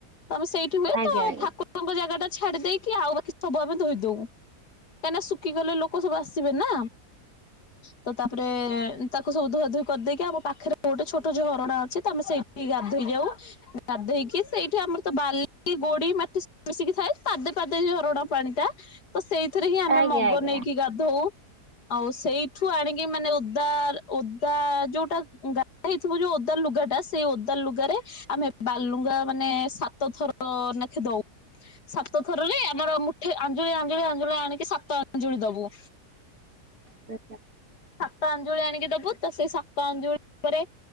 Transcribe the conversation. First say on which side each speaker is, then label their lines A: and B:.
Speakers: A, on the left; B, on the right.
A: ତ ଆମେ ସେଇଠି ହୁଏ
B: ଆଜ୍ଞା
A: ଠାକୁ
B: ଆଜ୍ଞା ଆଜ୍ଞା ଆଜ୍ଞା ଆଜ୍ଞା
A: ଠାକୁର ଙ୍କ ଜାଗା ଟା ଛାଡି ଦେଇକି ଆଉ ବାକି ସବୁ ଆମେ ଧୋଇଦଉ। କାହିଁକିନା ଶୁଖି ଗଲେ ଲୋକ ସବୁ ଆସିବେ ନା। ତ ତାପରେ ତାକୁ ସବୁ ଧୁଆ ଧୁଇ କରିଦେଇକି, ଆମ ପାଖରେ ଗୋଟେ ଛୋଟ ଯୋଉ ଝରଣା ଅଛି ଆମେ ସେଇଠି ଗାଧୋଇ ଯାଉ। ଗାଧେଇକି ସେଇଠି ଆମର ତ ବାଲି ଗୋଡି ମାଟି ମିଶିକି ଥାଏ। ପାଦେ ପାଦେ ଝରଣ ପାଣି ଟା, ତ ସେଇଥିରେ ହିଁ ଆମେ
B: ଆଜ୍ଞା
A: ମଗ
B: ଆଜ୍ଞା ଆଜ୍ଞା
A: ନେଇକି ଗାଧଉ ଆଉ ସେଇଠୁ ଆଣିକି ମାନେ ଓଦା, ଓଦା ଯୋଉଟା ଗା ହେଇଥିବ ଯୋଉ ଓଦା ଲୁଗା ଟା ସେଇ ଓଦା ଲୁଗାରେ ଆମେ ବାଲୁଙ୍ଗା ମାନେ ସାତଥର ନାଖେ ଦଉ ସାତ ଥରରେ ଆମର ମୁଠେ ଆଞ୍ଜଳି ଆଞ୍ଜୁଳି ଆଞ୍ଜୁଳି ଆଣିକି ସାତ ଆଞଜଳି ଦବୁ
B: ସେ
A: ସାତ ଅଞ୍ଜୁଳି ଆଣିକି ଦବୁ ତ ସେଇ ସାତ ଅଞ୍ଜୁଳି ଉପରେ